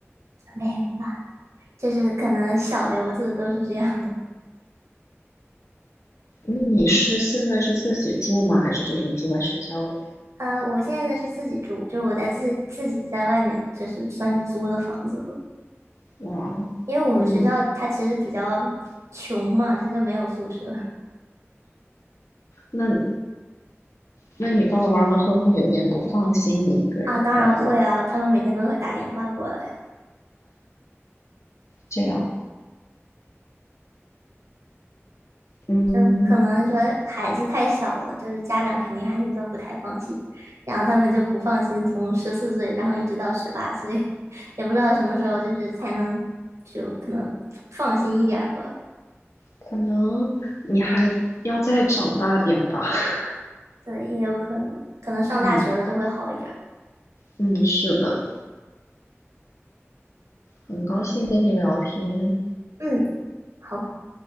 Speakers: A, on the right; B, on the left.
A: 没有吧？就是可能小刘子都是这样的。
B: 那你是现在是自己住吗？还是就是你住在学校里
A: 呃，我现在是自己住，就是我在自自己在外面，就是算是租的房子吧。
B: 面？哇，
A: 因为我们学校它其实比较
B: 那你
A: 穷嘛，它就没有宿舍
B: 那那你爸爸妈妈会不会有点不放心你一个人在国外
A: 啊。当然会啊，他们每天都会打电话过来，
B: 这样？嗯，
A: 就可能说孩子太小了，就是家长肯定还是都不太放心，然后他们就不放心，从十四岁然后一直到十八岁，<laughs> 也不知道什么时候就是才能就可能放心一点儿吧。
B: 可能你还要再长大点吧。<laughs>
A: 对，也有可能，可能上大学了就会好一点儿。
B: 嗯。嗯，是的，很高兴跟你聊天，
A: 嗯，好，